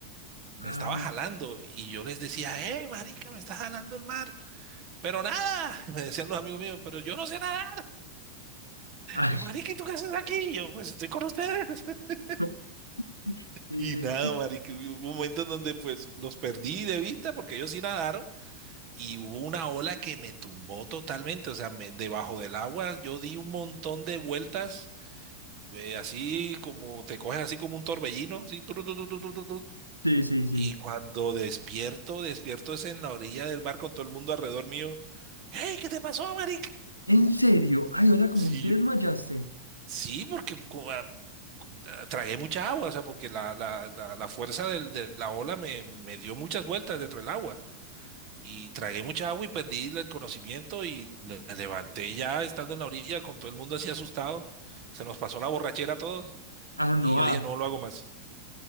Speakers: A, on the left; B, on the right.
A: Ay,
B: Me estaba jalando y yo les decía, hey, marica, me está jalando el mar. Pero nada, <laughs> me decían los amigos míos, pero yo no sé nada.
A: ay.
B: Yo, marica, ¿y tú qué haces aquí? Y Yo, pues estoy con ustedes. <laughs>
A: <laughs> Sí,
B: Y nada,
A: sí, sí.
B: marica, hubo un momento en donde pues los perdí de vista porque ellos sí nadaron y hubo una ola que me tumbó totalmente. O sea, me- debajo del agua yo di un montón de vueltas, eh, así como te coges así como un torbellino, así, tru, tru, tru, tru, tru, tru, tru.
A: Sí, sí, sí.
B: Y cuando despierto, despierto es en la orilla del mar con todo el mundo alrededor mío. Hey, ¿qué te pasó, marica?
A: ¿En serio? Ay, o sea, como
B: Sí,
A: te
B: yo,
A: desmayaste.
B: Sí, porque cu- ah, cu- ah, tragué mucha agua, o sea, porque la, la, la, la fuerza del- de la ola me, me dio muchas vueltas dentro del agua y tragué mucha agua y perdí el conocimiento y me levanté ya estando en la orilla con todo el mundo así asustado. Se nos pasó la borrachera a todos
A: Ah, no,
B: y yo
A: ah.
B: dije, no lo hago más.